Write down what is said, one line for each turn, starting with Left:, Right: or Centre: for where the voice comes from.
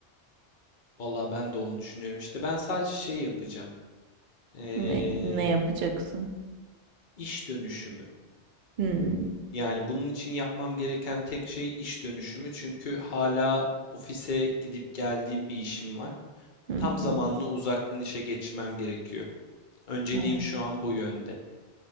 Left: Vallahi ben de onu düşünüyorum. İşte ben sadece şey yapacağım. Ee,
Right: Ne, ne yapacaksın?
Left: iş dönüşümü.
Right: Hmm,
Left: Yani bunun için yapmam gereken tek şey iş dönüşümü. Çünkü hala ofise gidip geldiğim bir işim var.
Right: hı hı.
Left: Tam zamanlı uzaktan işe geçmem gerekiyor. Önceliğim
Right: Evet,
Left: şu an bu yönde.